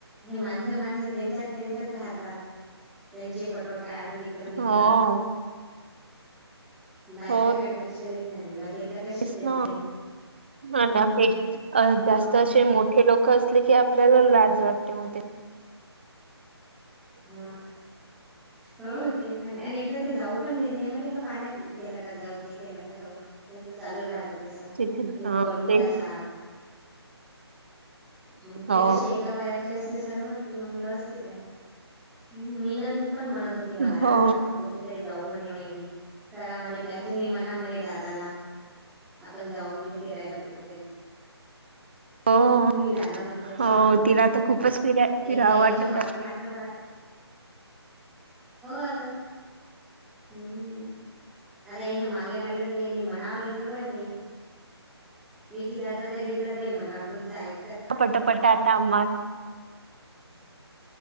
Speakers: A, in the centre; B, on the right (about 25°).
A: हे माणसं माणसं त्यांच्यात त्यांच्यात राहतात त्यांचे फोटो काड मित्र मित्र
B: हो
A: बायकाकडे
B: हो
A: लक्ष देत नाही अजिबात हे तर कशेच
B: तेच
A: देत
B: ना
A: नाही
B: ह हे
A: हम्म
B: जास्त
A: हो
B: असे
A: ना
B: मोठे लोकं असले की आपल्याला लाज वाटते मोठे
A: हो हो ते पण आणि एकदा ते जाऊ पण देत नाही माहि का पाण्यात इथे नका जाऊ तिथे नका जाऊंत चालू राहत तस तुम्ही
B: तिथे हा
A: पडून
B: ते
A: जासाल ह ते
B: हो
A: कसे एका वयाचे असले सर्व कि मंग असते ते ह् मिनल पण म्हणत होती मला
B: हो
A: आज की आपण कुठेतरी जाऊ म्हणे वाहिनी करा म्हणे प्लॅन तुम्ही म्हणा म्हणे दादाला आपण जाऊ म्हणे फिरायला कुठे तरी
B: हो
A: तुम्ही लागा म्हणजे त्यांच्या
B: हो
A: मागे
B: तिला तर खूपच फिरा फिरावं
A: यांच्या
B: वाटत
A: मागे
B: आहे
A: लागलं हो आता हम्म आता यांच्या मागे लागले तरी यांनी मनावर घेतलं पाहिजे विकी दादा तर घेतात बाई म्हणावर तुमचं ऐक
B: प पटपट आता आम्हा
A: <inaudible>